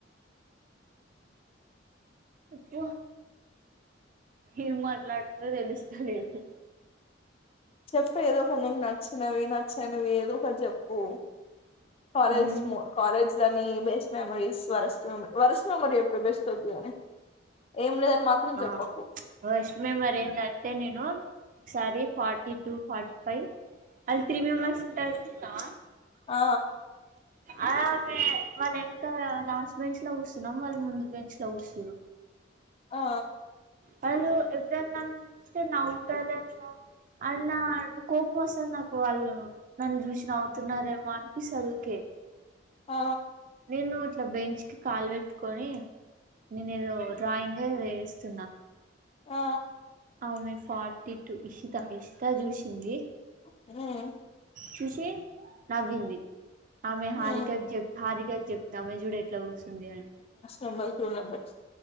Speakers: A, on the right; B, on the left.
A: చెప్పు ఏం మాట్లాడాలో తెలుస్తా లేదు
B: చెప్పు ఏదో ఒకటి నీకు నచ్చినవి నచ్చనివి ఏదో ఒకటి చెప్పు కాలేజ్
A: ఏం
B: మోర్ కాలేజ్ దాని బెస్ట్ మెమోరీస్ వర్స్ట్ మె వర్స్ట్ మెమోరి ఎప్పుడు బెస్ట్ వద్దు గాని ఏం లేదని మాత్రం చెప్పకు
A: ఆ వర్స్ట్ మెమోరి ఎందంటే నేను ఒకసారి ఫార్టీ టు ఫార్టీ ఫైవ్ అది త్రీ మెంబర్స్ ఉంటరు చూసావ
B: ఆ
A: అలాగే వాళ్ళ ఎనకల లాస్ట్ బెంచ్లో కూసున్నాం వాళ్ళు ముందు బెంచ్లో కూచ్చిరు
B: ఆ
A: వాళ్ళు ఎప్పుడన్న నన్ను చూస్తే నవ్వుతారేమో అన్నా కోపం వస్తది నాకు వాళ్ళు నన్ను జూసి నవ్వుతున్నారేమో అనిపిస్తది ఊకే
B: ఆ
A: నేను ఇట్లా బెంచ్కి కాలు వెట్టుకొని నేను ఏదో డ్రాయింగే వేస్తున్నా
B: ఆ
A: ఆమె ఫార్టీ టు ఇషితా ఇషితా జూసింది
B: మ్మ్
A: చూసి నవ్వింది ఆమె హారికక్
B: ఉమ్
A: జెప్ హారికక్ జెప్ గమ్మయ్ చూడు ఎట్లా కు సింది అని
B: నెంబర్ టూ నెంబర్స్